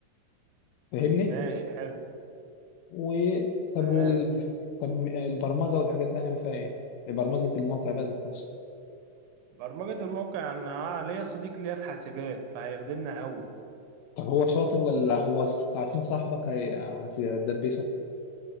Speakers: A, on the left (about 75°); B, on the right (about 85°).
A: فاهمني
B: ماشي حلو
A: و طب
B: تمام
A: وال... طب البرمجه والحاجات دي هنعمل فيها ايه برمجه الموقع بقى ذات نفسه
B: برمجة الموقع انا ليا صديق ليا في حاسبات فهيخدمنا قوي
A: طب هو شاطر ولا هو ص- عشان صاحبك هي... هتدبسه